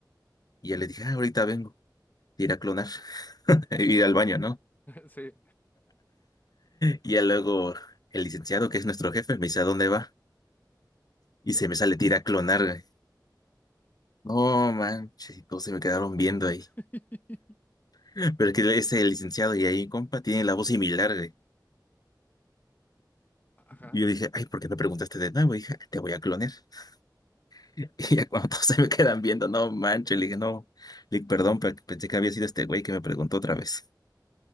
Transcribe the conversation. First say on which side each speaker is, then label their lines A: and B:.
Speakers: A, on the left; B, on the left.
A: Y ya les dije, ah, ahorita vengo, ir a clonar, <laughs> ir al baño, ¿no?
B: <laughs> Sí.
A: Y ya luego el licenciado, que es nuestro jefe, me dice, ¿a dónde va? Y se me sale tira a clonar. No manches, y todos se me quedaron viendo ahí.
B: <laughs>
A: <laughs> Pero es que ese licenciado y ahí, compa, tiene la voz similar, güey.
B: Ajá.
A: Y yo dije, ay, ¿por qué no preguntaste de nuevo? Y dije, te voy a clonar. <laughs> Y ya cuando todos se me quedan viendo, no manches, le dije, no, le dije, perdón, pe- pensé que había sido este güey que me preguntó otra vez.